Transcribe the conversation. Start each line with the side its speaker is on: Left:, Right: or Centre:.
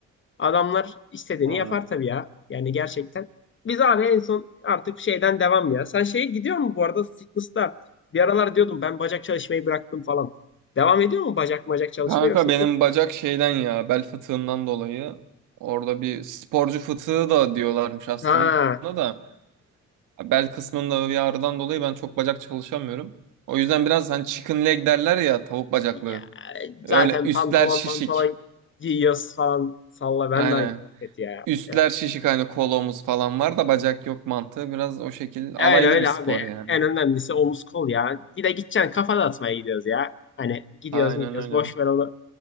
Left: Adamlar istediğini
Right: Yani.
Left: yapar tabii ya. Yani gerçekten. Biz abi en son artık şeyden devam ya. Sen şeye gidiyor mu bu arada fitness'ta? Bir aralar diyordum ben bacak çalışmayı bıraktım falan. Devam ediyor mu bacak bacak çalışma
Right: Kanka
Left: yoksa
Right: benim
Left: full-
Right: bacak şeyden ya bel fıtığından dolayı orada bir sporcu fıtığı da diyorlarmış aslında
Left: Ha.
Right: da bel kısmında bir ağrıdan dolayı ben çok bacak çalışamıyorum. O yüzden biraz hani chicken leg derler ya tavuk bacaklı.
Left: Ya
Right: Öyle
Left: zaten
Right: üstler
Left: pantolon
Right: şişik.
Left: pantolon giyiyoruz falan. Salla ben
Right: Aynen.
Left: de aynı muhabbet ya.
Right: Üstler
Left: Yani
Right: şişik hani kolomuz falan var da bacak yok mantığı biraz o şekil
Left: Öyle
Right: alaylı
Left: öyle
Right: bir spor
Left: abi.
Right: yani.
Left: En önemlisi omuz kol ya. Bir de gideceksin kafa dağıtmaya gidiyoruz ya. Hani gidiyoruz
Right: Aynen
Left: gidiyoruz.
Right: öyle.
Left: Boş ver onu.